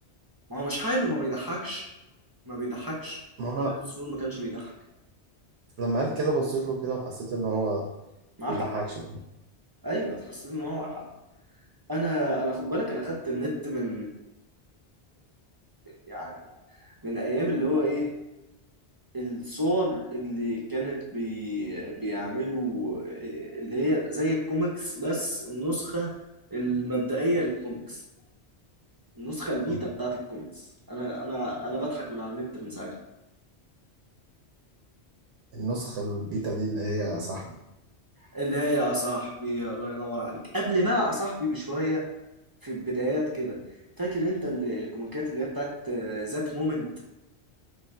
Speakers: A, on the right; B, on the right.
A: ما هو مش حاله ما بيضحكش ما بيضحكش
B: ما انا
A: شايف السرور ما كانش بيضحك
B: لما قال كده بصيت له كده وحسيت ان هو
A: معاه
B: بيضحكش
A: حق ايوه حسيت ان هو معاه حق انا انا خد بالك انا خدت النت من يعني من ايام اللي هو ايه الصور اللي كانت بي... بيعملوا إيه، اللي هي زي الكوميكس بس النسخة المبدئية للكوميكس النسخة البيتا
B: آه.
A: بتاعت الكوميكس انا انا انا بضحك من على النت من ساعتها
B: النسخة البيتا دي اللي هي صاحبي
A: اللي هي يا صاحبي الله ينور عليك قبل بقى يا صاحبي بشوية في البدايات كده فاكر انت ال- الكوميكات اللي هي بتاعت ذات مومنت